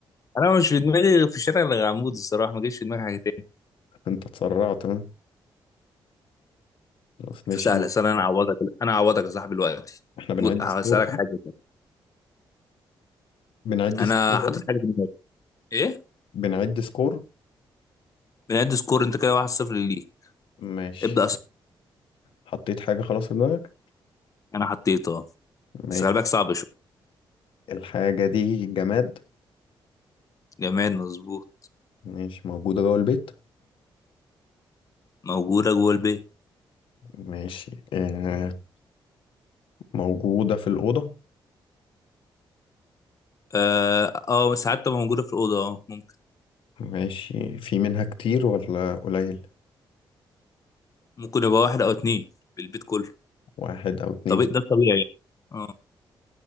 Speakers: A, on the left; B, on the left.
A: أنا مش في دماغي غير في الشارع غير عمود الصراحة ما جاش في دماغي حاجة تاني
B: انت اتسرعت اه خلاص ماشي
A: طب سهلة سهلة أنا أعوضك أنا أعوضك يا صاحبي دلوقتي
B: احنا بنعد
A: جو- هسألك
B: سكور صح؟
A: حاجة كده.
B: بنعد
A: أنا
B: سكور بقى؟
A: حاطط حاجة في دماغي إيه
B: بنعد سكور
A: بنعد سكور أنت كده 1-0 ليك
B: ماشي
A: ابدأ أصلا
B: حطيت حاجة خلاص في دماغك
A: أنا حطيته
B: ماشي
A: بس خلي بالك صعب شوية
B: الحاجة دي جماد
A: جماد مظبوط
B: ماشي موجودة جوه البيت
A: موجودة جوه البيت
B: ماشي آه، موجودة في الأوضة
A: اه آه، ساعات تبقى موجودة في الأوضة اه ممكن
B: ماشي في منها كتير ولا قليل
A: ممكن يبقى واحد أو اتنين في البيت كله
B: واحد أو اتنين
A: طب ده الطبيعي يعني. اه